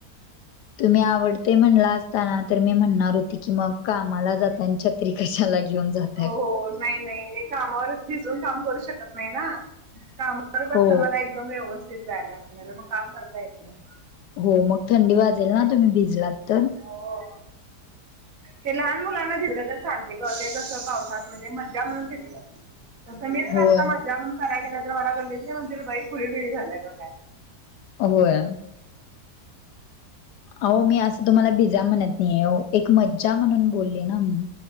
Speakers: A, on the left; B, on the right.
A: तुम्ही आवडतंय म्हणला असता ना, तर मी म्हणणार होती की मग कामाला जातानी छत्री कशाला घेऊन जात
B: हो हॊ, नाही नाही मी कामावरचं भिजून काम करू शकत नाही ना. काम करत
A: हो
B: असंल मला एकदम व्यवस्थित जायला लांगत, नाही तर मग काम करता येत नाही.
A: हो मग थंडी वाजेल ना, तुम्ही भिजलात तर?
B: हो. ते लहान मुलांना भिजलं तर चालते गं, ते जसं पावसात म्हणजे मज्जा म्हणून भी
A: <inaudible>
B: तसं मी जर
A: होय
B: आता मज्जा म्हणून सांगायला गेले, तर मला गल्लीतले म्हणतील, बाई खुळी-बिळी झाल्याय का काय,?
A: होय. आओ मी असं तुम्हाला भिजा म्हणत नही ओ, एक मज्जा म्हणून बोलले ना मी?